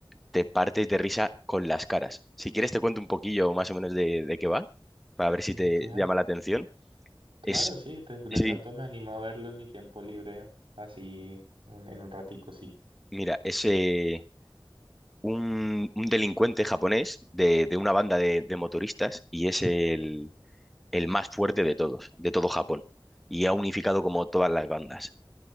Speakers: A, in the centre; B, on the right.
A: te partes de risa con las caras. Si quieres te cuento un poquillo más o menos de, de qué va, para ver si te
B: claro,
A: llama la atención.
B: claro,
A: Es,
B: sí, de, de
A: sí,
B: pronto me animo a verlo en mi tiempo libre, así un- en un ratico, sí.
A: mira, ese un, un delincuente japonés de, de una banda de, de motoristas y es el, el más fuerte de todos, de todo Japón. Y ha unificado como todas las bandas.